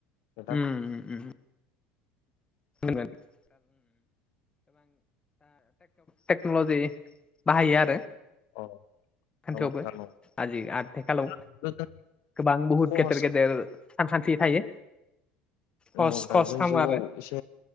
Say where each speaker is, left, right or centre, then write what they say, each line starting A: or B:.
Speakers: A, on the left; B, on the left.
A: नोंथां
B: उम उम <unintelligible> टेक्न'लजि बाहायो आरो।
A: अ
B: सानथायावबो
A: नंगौ नोंथां
B: आजि आथिखालाव
A: नंगौ
B: गोबां बहुद
A: खहस
B: गेदेर गेदेर सानखान्थि थायो। खस
A: नंगौ नोंथां
B: खस
A: जों
B: खामो
A: जिउआव
B: आरो।
A: एसे